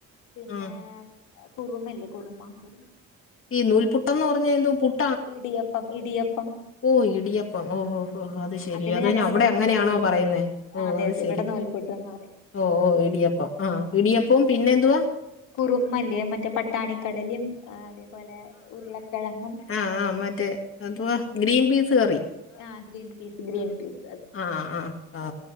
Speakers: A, on the left; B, on the left.
A: പിന്നെ
B: ആ
A: കുറുമയില്ലേ കുറുമ കുറു
B: ഈ നൂൽപുട്ടന്ന് പറഞ്ഞ എന്താ പുട്
A: ഇടിയപ്പം ഇടിയപ്പം
B: ഓഹ് ഇടിയപ്പം ഓ ഓ ഓ ഒഹ്
A: ആ
B: അത് ശെരി
A: അതിന്
B: അതിനെ
A: ഞങ്ങളിവിടെ
B: അവിടെ അങ്ങനെയാണോ
A: നൂൽപുട്ട്
B: പറയുന്നേ ഓ
A: ആ, അതെ
B: അത്
A: അതെ
B: ശെ
A: ഇവിടെ നൂൽ പുട്ടെന്ന പറയാ
B: ഓഹ് ഓ ഇടിയപ്പം ആഹ് ഇടിയപ്പോം പിന്നെ എന്തുവാ
A: കുറുമല്ലേ മറ്റേ പട്ടാണിക്കടലിം അതേപോലെ ഉരുളക്കെഴങ്ങും
B: ആഹ് ആഹ് മറ്റേ എന്തു വാ ഗ്രീൻ പീസ് കറി
A: ആഹ് ഗ്രീൻ പീസ് ഗ്രീൻ പീസ്
B: ആഹ് ആഹ് അ